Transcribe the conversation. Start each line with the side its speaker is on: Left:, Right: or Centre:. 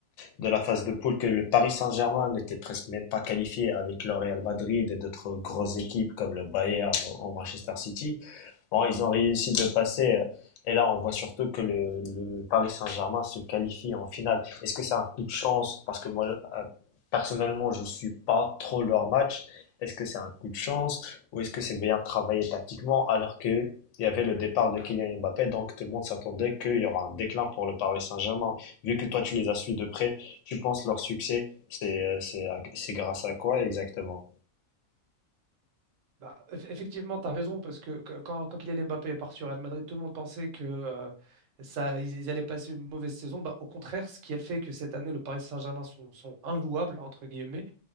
Left: de la phase de poule, que le Paris Saint-Germain n'était presque même pas qualifié avec le Real Madrid et d'autres grosses équipes comme le Bayern ou ou Manchester City. Bon, ils ont réussi de passer et là, on voit surtout que le, le Paris Saint-Germain se qualifie en finale. Est-ce que c'est un coup de chance? Parce que moi, euh, personnellement, je suis pas trop leur match. Est-ce que c'est un coup de chance ou est-ce que c'est bien travaillé tactiquement alors que il y avait le départ de Kylian Mbappé, donc tout le monde s'attendait qu'il y aura un déclin pour le Paris Saint-Germain. Vu que toi, tu les as suivis de près, tu penses leur succès, c'est, euh, c'est, à- c'est grâce à quoi exactement?
Right: Bah, eff- effectivement, tu as raison, parce que que- quand, quand Kylian Mbappé est parti au Real Madrid, tout le monde pensait que euh, ça, ils, ils allaient passer une mauvaise saison. Bah, au contraire, ce qui a fait que cette année, le Paris Saint-Germain sont, sont injouables, entre guillemets,